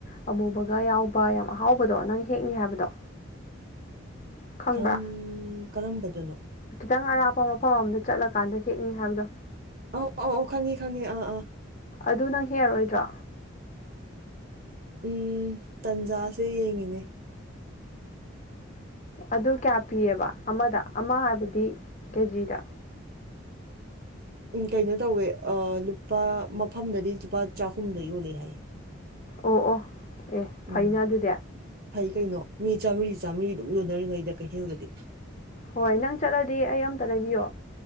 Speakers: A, on the left (about 35°); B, on the right (about 50°).
A: ꯑꯃꯨꯕꯒ ꯌꯥꯎꯕ ꯌꯥꯝ ꯑꯍꯥꯎꯕꯗꯣ ꯅꯪ ꯍꯦꯛꯅꯤ ꯍꯥꯏꯕꯗꯣ ꯈꯪꯕ꯭ꯔꯥ
B: ꯀꯔꯝ ꯀꯔꯝꯕꯗꯅꯣ
A: ꯈꯤꯇꯪ ꯑꯔꯥꯞꯄ ꯃꯐꯝ ꯑꯃꯝꯗ ꯆꯠꯂꯀꯥꯟꯗ ꯍꯦꯛꯅꯤ ꯍꯥꯏꯕꯗꯣ
B: ꯑꯧ ꯑꯧ ꯑ ꯈꯪꯉꯤ ꯈꯪꯉꯤ ꯑꯥ ꯑꯥ
A: ꯑꯗꯨ ꯅꯪ ꯍꯦꯔꯣꯏꯗ꯭ꯔꯣ
B: ꯎꯝ ꯇꯟꯖꯥꯁꯦ ꯌꯦꯡꯉꯤꯅꯦ
A: ꯑꯗꯨ ꯀꯌꯥ ꯄꯤꯑꯕ ꯑꯃꯗ ꯑꯃ ꯍꯥꯏꯕꯗꯤ ꯀꯦꯖꯤꯗ
B: ꯎ ꯀꯩꯅꯣ ꯇꯧꯋꯦ ꯂꯨꯄꯥ ꯃꯐꯝꯗꯗꯤ ꯂꯨꯄꯥ ꯆꯍꯨꯝꯗ ꯌꯣꯜꯂꯦ ꯍꯥꯏꯌꯦ
A: ꯑꯣ ꯑꯣ ꯑꯦ
B: ꯎꯝ
A: ꯐꯩꯅ ꯑꯗꯨꯗꯤ
B: ꯐꯩ ꯀꯩꯅꯣ ꯃꯤ ꯆꯥꯝꯃꯔꯤ ꯆꯥꯝꯃꯔꯤ ꯑꯗꯨꯝ ꯌꯣꯟꯅꯔꯤꯉꯩꯗ ꯀꯩꯊꯦꯜꯒꯗꯤ
A: ꯍꯣꯏ ꯅꯪ ꯆꯠꯂꯗꯤ ꯑꯩ ꯑꯃꯝꯇ ꯂꯩꯕꯤꯌꯣ